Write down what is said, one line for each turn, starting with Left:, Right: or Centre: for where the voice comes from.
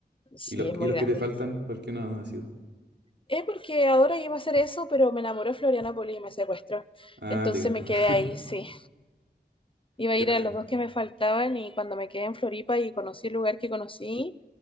Left: Sí,
Right: ¿Y los,
Left: es muy
Right: y los
Left: grande.
Right: que te faltan? ¿Por qué no has ido?
Left: Es porque ahora iba a hacer eso, pero me enamoró Florianópolis y me secuestró.
Right: Ah,
Left: Entonces
Right: te quedaste
Left: me
Right: más.
Left: quedé
Right: <laughs>
Left: ahí, sí. Iba
Right: Qué
Left: a ir
Right: bacán.
Left: a los dos que me faltaban y cuando me quedé en Floripa y conocí el lugar que conocí,